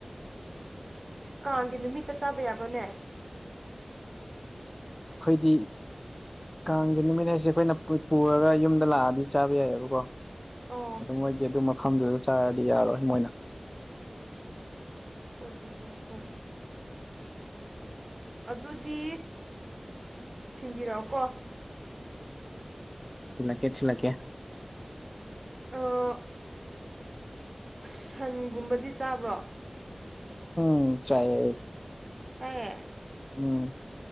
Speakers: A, on the right (about 50°); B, on the left (about 25°).
A: ꯀꯒꯤ ꯅꯨꯃꯤꯠꯇ ꯆꯥꯕ ꯌꯥꯕꯅꯦ
B: ꯑꯩꯈꯣꯏꯗꯤ ꯀꯥꯡꯒꯤ ꯅꯨꯃꯤꯠ ꯍꯥꯏꯁꯦ ꯑꯩꯈꯣꯏꯅ ꯄꯨꯔꯒ ꯌꯨꯝꯗ ꯂꯥꯛꯑꯗꯤ ꯆꯥꯕ ꯌꯥꯏꯑꯕꯀꯣ
A: ꯑꯣ
B: ꯑꯗꯨ ꯃꯣꯏꯗꯤ ꯑꯗꯨ ꯃꯐꯝꯗꯨꯗ ꯆꯥꯔꯗꯤ ꯌꯥꯔꯣꯏ ꯃꯣꯏꯅ
A: ꯑꯣ ꯆꯥ ꯆꯥ ꯑꯗꯨꯗꯤ ꯊꯤꯟꯕꯤꯔꯛꯑꯣꯀꯣ
B: ꯊꯤꯜꯂꯛꯀꯦ ꯊꯤꯜꯂꯛꯀꯦ
A: ꯑꯥ ꯁꯟꯒꯨꯝꯕꯗꯤ ꯆꯥꯕ꯭ꯔꯣ
B: ꯎꯝ ꯆꯥꯏꯌꯦ
A: ꯆꯥꯏꯌꯦ
B: ꯎꯝ